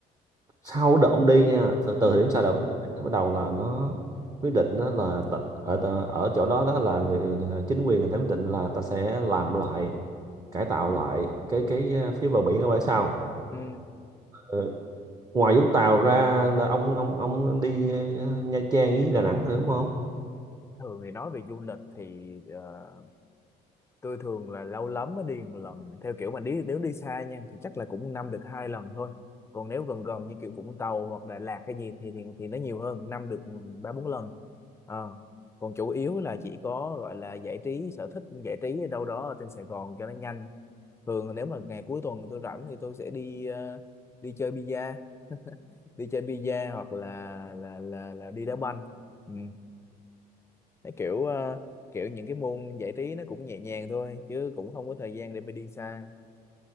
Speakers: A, on the right; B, on the left.
A: sau đợt ông đi nha từ từ
B: ừ
A: thời điểm sau đợt ông đi nó bắt đầu là nó quyết định đó là tỉnh ở ở chỗ đó đó là người chính quyền người ta quyết định là ta sẽ làm lại cải tạo lại cái cái à, phía bờ biển ở bãi sau
B: ừ
A: Ờ, ngoài Vũng Tàu ra là ông ông ông đi ờ, Nha Trang với Đà Nẵng rồi đúng không
B: thường thì nói về du lịch thì ờ, tôi thường là lâu lắm mới đi một lần theo kiểu mà đi nếu đi xa nha thì chắc là cũng năm được hai lần thôi còn nếu gần gần như kiểu Vũng Tàu hoặc Đà Lạt cái gì thì thì, thì nó nhiều hơn năm được ba bốn lần Ờ. còn chủ yếu là chỉ có gọi là giải trí sở thích giải trí ở đâu đó ở trên Sài Gòn cho nó nhanh thường nếu mà ngày cuối tuần tôi rảnh thì tôi sẽ đi ờ, đi chơi bida đi chơi bida hoặc là là là, là đi đá banh ừ. Thấy kiểu ờ, kiểu những cái môn giải trí nó cũng nhẹ nhàng thôi chứ cũng không có thời gian để mà đi xa